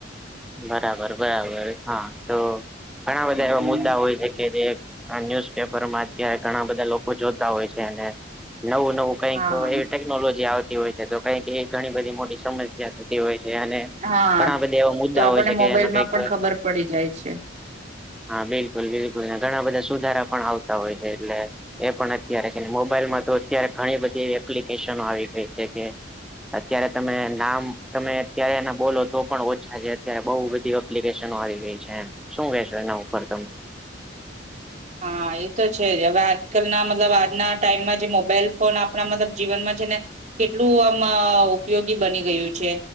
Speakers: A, in the centre; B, on the right.
A: બરાબર-બરાબર, હા. તો ઘણા બધા
B: હમ
A: એવા મુદ્દા હોય છે કે જે આ ન્યુઝપેપર માં અત્યારે ઘણા બધા લોકો જોતા હોય છે, અને નવું-નવું કંઈક
B: હા
A: એ કરી ટેકનોલોજી આવતી હોય છે, તો કંઈક એ ઘણી બધી મોટી સમસ્યા થતી હોય છે, અને
B: હા
A: ઘણા બધા એવા <unintelligible>
B: તો આપણને
A: કે
B: મોબાઈલમાં
A: એનો કઈક
B: પણ ખબર પડી જાય છે.
A: હા, બિલકુલ-બિલકુલ. ને ઘણા બધા સુધારા પણ આવતા હોય છે, એટલે એ પણ અત્યારે કે ને, મોબાઈલમાં તો અત્યારે ઘણી બધી એવી એપ્લિકેશનો આવી ગઈ છે કે અત્યારે તમે નામ તમે અત્યારે એના બોલો તો પણ ઓછા છે. અત્યારે બઉ બધી એપ્લિકેશનો આવી ગઈ છે એમ. શું કહેશો એના ઉપર તમે?
B: હા, એ તો છે જ. હવે આજકાલના મતલબ આજના ટાઈમમાં જે મોબાઈલ ફોન આપણા મતલબ જીવનમાં છે ને કેટલું આમ અહ ઉપયોગી બની ગયું છે.